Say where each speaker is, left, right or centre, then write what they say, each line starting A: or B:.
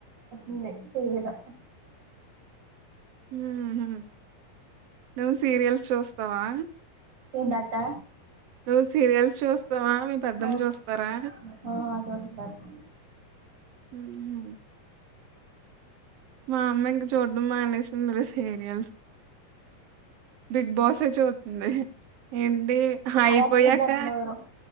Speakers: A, on the right; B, on the right.
A: ఉంది టీవీలో
B: హుహు. నువ్వు సీరియల్స్ చూస్తావా?
A: ఏంటక్క
B: నువ్వు సీరియల్స్ చూస్తావా? మీ పెద్దమ్మ
A: ఉమ్
B: చూస్తారా?
A: ఆ అది వస్తాద్
B: ఉహు మా అమ్మ ఇంకా చూడం మానేసిందిలే సీరియల్స్ బిగ్ బాసే చూతుంది ఎంటి ఆయిపోయాక
A: అది అసలు పెట్టనివ్వరు